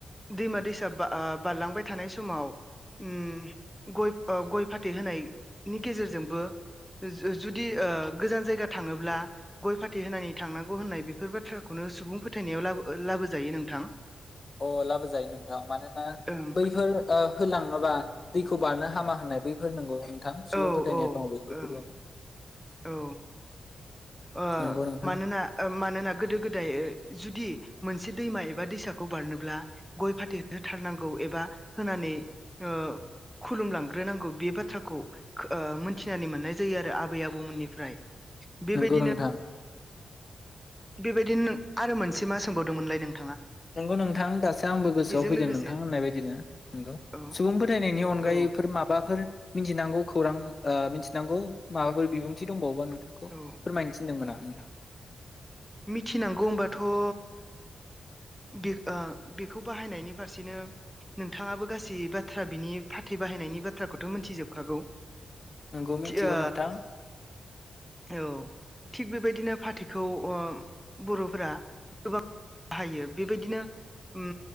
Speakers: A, in the centre; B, on the left (about 40°).
A: दैमा दैसा बा आ बारलांबाय थानाय समाव म गय गय फाथै होनायनि गेजेरजोंबो जो जुदि गोजान जायगा थाङोब्ला गय फाथै होनानै थांनांगौ होननाय बे बेफोर बाथ्राखौनो सुबुं फोथायनायाव लाबो लाबोजायो नोंथां
B: अ लाबोजायो नोंथां मानोना
A: ओं
B: बैफोर ओ होलाङोबा दैखौ बारनो हामा होननाय बैफोर नोंगौ थां सुबुं
A: औ
B: फोथायनाया दङ बेफोरखौबो
A: ओं औ ओ
B: नंगौ नोंथां।
A: मानोना ओ मानोना गोदो गोदाय जुदि मोनसे दैमा एबा दैसाखौ बारनोब्ला गय फाथै होथारनांगौ एबा होनानै ओ खुलुमलांग्रोनांगौ बे बाथ्राखौ ओ मोनथिनानै मोननाय जायो आरो आबै आबौमोननिफ्राय बेबादि
B: नंगौ नोंथां
A: बेबायदिनो नों आरो मोनसे मा सोंबावदोंमोनलाय नों
B: नंगौ नोंथां दासो आंबो गोसोआव
A: बेजों
B: फैदों
A: लोगोसे
B: नोंथां होननाय बायदिनो नंगौ
A: औ
B: सुबुं फोथायनायनि अनगायैफोर
A: औ
B: माबाफोर मिथिनांगौ खौरां ओ मिथिनांगौ माबाफोर बिबुंथि दंबावबा नों थांखौ
A: औ
B: फोरमायनो थिनदोंमोन आं <unintelligible>
A: मिथिनांगौ होनोमबाथ' ओ बे ओ बेखौ बाहायनायनि फारसेनो नोंथाङाबो गासै बाथ्रा बिनि फाथै बाहायनायनि बाथ्राखौथ' मिथिजोबखागौ
B: नंगौ मिथिगौ
A: थिओ
B: नोंथां
A: औ थिग बेबायदिनो फाथैखौ ओ बर'फोरा गोबां बाहायो बेबायदिनो ओम